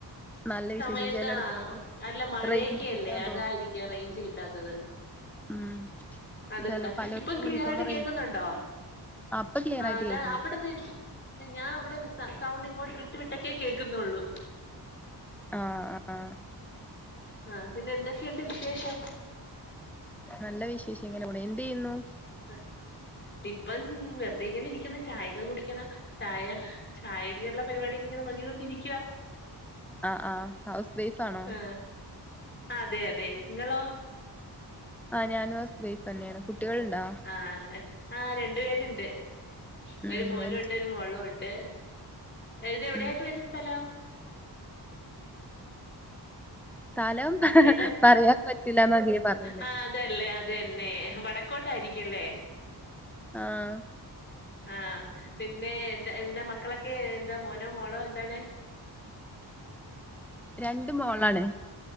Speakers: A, in the centre; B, on the left.
A: നല്ല വിശേഷം
B: സമയത്ത്
A: ചെലടത്ത്
B: ആ അല്ല മഴയൊക്കല്ലേ
A: റേഞ്ച് ഇല്ലാന്ന്
B: അതായിരിക്കും
A: തോന്നുന്നു
B: അറേഞ്ച് കിട്ടാത്തത്
A: ഉം
B: അത്ണ്ടാ
A: ചിലപ്പോ പലർും
B: ഇപ്പം ക്ലിയർ
A: വിളിക്കുമ്പോ
B: ആയിട്ട് കേൾക്കുന്നുണ്ടോ
A: അപ്പൊ ക്ലിയർ
B: ആ
A: ആയിട്ട്
B: അതാ
A: കേക്കുന്നു
B: അവിടെന്ന് ഞാൻ അവിടെ സൗണ്ട് ഇങ്ങോട്ട് വിട്ട് വിട്ടൊക്കെ കേക്കുന്നുള്ളൂ
A: ആഹ ആഹ
B: ആഹ പിന്നെ എന്തൊക്കെയുണ്ട് വിശേഷം
A: നല്ല വിശേഷം എങ്ങനെ കൂടെ എന്ത് ചെയ്യുന്നു
B: ആഹ് ഇപ്പം വെറുതെ ഇങ്ങനെ ഇരിക്കണ ചായക്കെ കുടിക്കണ ചായ ചായള്ള പരിപാടക്കെ നെ വകികൊണ്ടിരിക്കുവ
A: ആഹ ആഹ ഹൗസ് വൈഫ്ാണോ
B: ആ അതെ അതെ നിങ്ങളോ
A: ആഹ് ഞാനൻ സ്ൈഫ് തന്നെയാണ് കുട്ടികളുണ്ടോ
B: ആ ആ രണ്ടു പേരുണ്ട്
A: ഉം
B: ഒരു മോനും
A: എനിക്ക്
B: ഉണ്ട് ഒരു മോളും ഉണ്ട് ഇത് എവിടെ
A: ഉം
B: ആായിട്ട് വര സ്ഥലം
A: സ്ഥലം
B: ഏതാണ്
A: പറയാൻ പറ്റില്ലാന്ന അതില് പറയുന്നേ
B: ആ അതല്ലേ അത്ന്നെ വടക്കോട്ടായിരിക്കും ക്കല്ലേ
A: ആഹ
B: ആഹ പിന്നെ എന്താ എന്താ മക്കളൊക്കെ എന്താ മോനോ മോളോ എന്താണ്
A: രണ്ട മോളാണ്